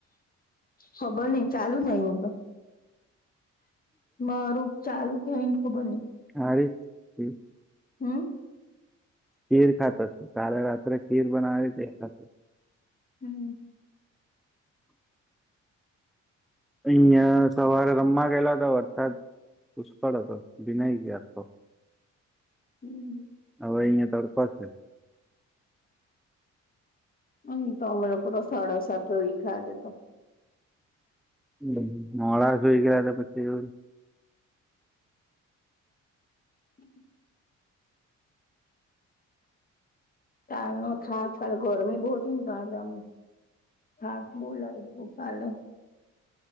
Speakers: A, on the left; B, in the centre.
A: ખબર નહીં. ચાલુ નહીં હું તો. મારું ચાલુ કે અહી ખબર નઈ.
B: હારી એ
A: હમ્મ.
B: ખીર ખાતો છું કાલે રાત્રે ખીર બનાવી થી એ ખાતું.
A: હમ્મ.
B: અહિયાં સવારે રમવા ગયેલા હતા વરસાદ પુષ્કળ હતો ભીનય ગયા હતો.
A: હમ્મ હમ્મ.
B: હવે અહીંયા તડકો છે.
A: અની તો અમે લોકો તો સાડા સાત વી ખાજે તો.
B: મોહમ્મ હાડા શોઈગયા થા પછી
A: હ તાલ ના ખાસ કર ગરમી બહુ શું કાલ આમ થાક બો લા બુ ફાલો.